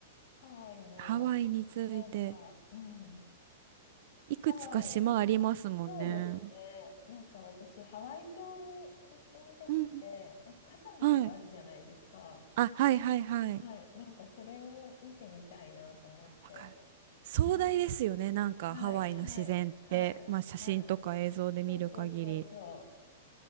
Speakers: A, on the left; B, on the right.
A: ハワイも、
B: ハワイについて、
A: なんか、うん。
B: いくつか島ありますもんね。
A: ハワイ、そうですね。なんか私、ハワイ島に行ってみたくて、
B: うん。
A: なんか火山とかあるじゃないですか。
B: はい。あ、はいはいはい。
A: はい。なんかそれを見てみたいなと思って。
B: わかる。壮大ですよね。
A: はい。
B: なんかハワイの自然って、
A: はい、はい、はい、
B: まあ写真とか映像で見る限り
A: はい。そうそうそうそう。